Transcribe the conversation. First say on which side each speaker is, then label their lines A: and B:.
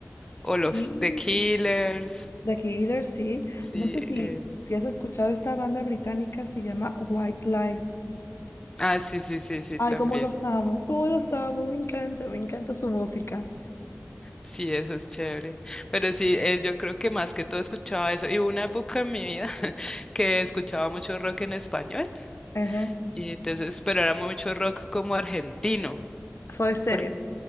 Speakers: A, on the left; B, on the left.
A: Sí,
B: o los The Killers.
A: The Killer, sí.
B: Sí,
A: No sé si,
B: eso.
A: si has escuchado esta banda británica, se llama White Lies.
B: Ah, sí, sí, sí, sí,
A: Ay,
B: también.
A: cómo los amo, cómo los amo, me encanta, me encanta su música.
B: Sí, eso es chévere. Pero sí, eh, yo creo que más que todo escuchaba eso. Y hubo una época en mi vida <laughs> que escuchaba mucho rock en español.
A: Ajá.
B: Y entonces, pero era mucho rock como argentino.
A: Soy estéreo.
B: Porque,